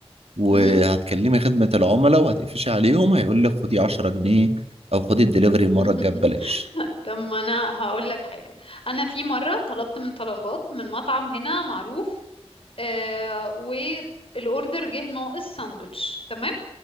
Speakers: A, on the right; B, on the left.
A: وهتكلمي
B: مم؟
A: خدمة العملاء وهتقفشي عليهم هيقول لك خدي 10 جنيه او خدي الدليفري المرة
B: <laughs>
A: الجاية ببلاش
B: طب ما انا هقول لك حاجة انا في مرة طلبت من طلبات من مطعم هنا معروف آه والاوردر جه ناقص ساندوتش تمام